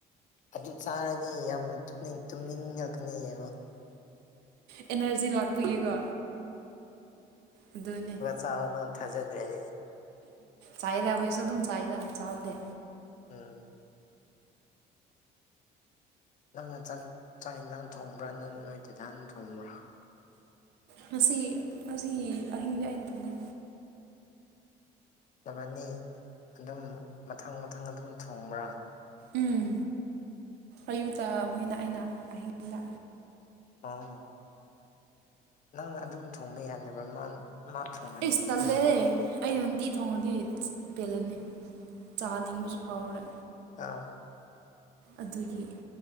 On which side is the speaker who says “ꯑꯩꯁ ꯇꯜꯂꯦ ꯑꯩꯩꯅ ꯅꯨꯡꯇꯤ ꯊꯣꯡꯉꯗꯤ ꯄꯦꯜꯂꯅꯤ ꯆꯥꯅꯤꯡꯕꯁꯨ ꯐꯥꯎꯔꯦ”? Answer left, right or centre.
Right